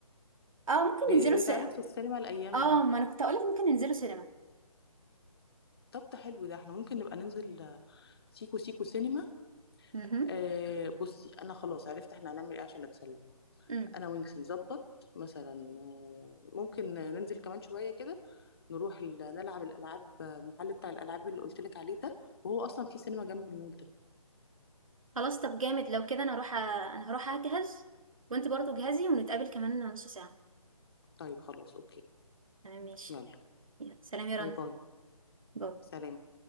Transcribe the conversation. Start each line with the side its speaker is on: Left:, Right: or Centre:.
Right: اه ممكن
Left: بي-
Right: ننزلوا
Left: بيتعرض
Right: سينما
Left: في السينما الأيام
Right: اه
Left: دي
Right: ما انا كنت هقولك ممكن ننزلوا سينما
Left: طب ده حلو ده احنا ممكن نبقى ننزل آه، سيكو سيكو سينما
Right: مهم.
Left: آه بصي أنا خلاص عرفت احنا هنعمل ايه عشان نتسلى
Right: امم
Left: أنا وانتي نظبط مثلا آه، ممكن ننزل كمان شوية كده نروح ال- نلعب الألعاب آه، المحل بتاع الألعاب اللي قلتلك عليه ده وهو أصلا في سينما جنب المول ده
Right: خلاص طب جامد لو كده انا هروح أ... انا هروح اجهز وانت برضو جهزي ونتقابل كمان نص ساعة
Left: طيب خلاص أوكي
Right: تمام ماشي
Left: يلا
Right: يلا سلام يا رنا
Left: باي باي
Right: باي.
Left: سلام